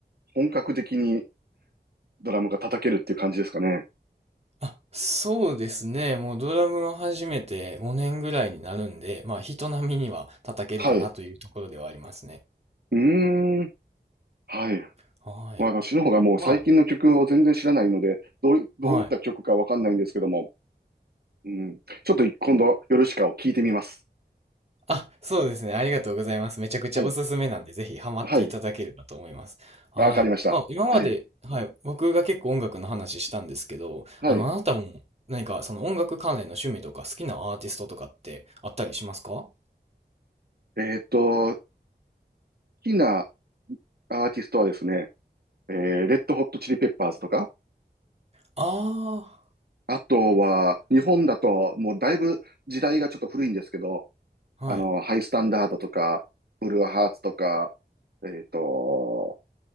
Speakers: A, on the right; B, on the right.
A: 本格的にドラムが叩けるっていう感じですかね。
B: あ、そうですね。もうドラムを始めて5年ぐらいになるんで、まあ人並みには叩けるかなというところではありますね。
A: はい。うーん。はい。
B: はい。
A: まあ、私の方がもう最近の曲を全然知らないので、
B: ま
A: どうい、どういった曲かわかんないんですけども、
B: あ、はい。
A: うん。ちょっと今度、ヨルシカを聞いてみます。
B: あ、そうですね。ありがとうございます。めちゃくちゃおすすめなんで、
A: はい。
B: ぜひハマっていただければと思います。
A: はい。
B: はい。
A: わかりました。
B: まあ今まで、
A: はい。
B: はい。僕が結構音楽の話したんですけど、
A: はい。
B: あの、あなたも何かその音楽関連の趣味とか好きなアーティストとかってあったりしますか
A: えーっと、好きなアーティストはですね、えー、レッドホットチリペッパーズとか、
B: あ
A: あとは、日本だと、もうだいぶ時代がちょっと古いんですけど、
B: あー、
A: あの、
B: はい。
A: ハイスタンダードとか、ブルーハーツとか、えーっと、